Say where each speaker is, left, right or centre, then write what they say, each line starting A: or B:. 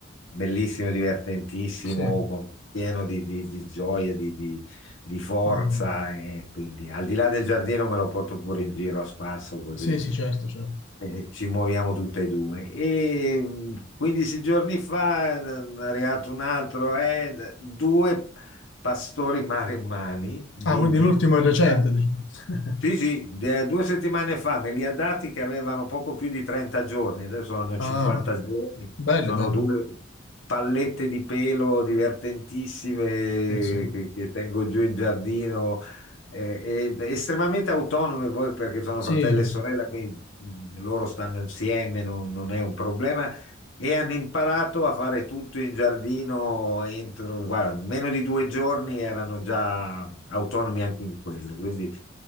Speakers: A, on the left; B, on the left.
A: bellissimo, divertentissimo,
B: sì,
A: con- pieno di, di- di gioia, di, di- di forza,
B: mm,
A: e quindi al di là del giardino me lo porto pure in giro a spasso così.
B: sì, sì, certo, certo.
A: Eh, Ci muoviamo tutte e due. E mh, 15 giorni fa n- è arrivato un altro, eh, d- due pastori maremmani di,
B: Ah, quindi
A: di
B: l'ultimo
A: quaranta
B: è recente, dici. <laughs>
A: sì, sì, de- due settimane fa me li ha dati che avevano poco più di 30 giorni, adesso hanno
B: Ah,
A: 50 giorni,
B: belli,
A: sono
B: belli.
A: due pallette di pelo divertentissime
B: Sì, sì.
A: che, che tengo giù in giardino, eh, e- estremamente autonome voi perché sono
B: Sì,
A: fratello e sorella, quindi mh, loro stanno insieme, non, non è un problema, e hanno imparato a fare tutto in giardino entro, guarda, meno di due giorni erano già autonomi anche in quello. Quindi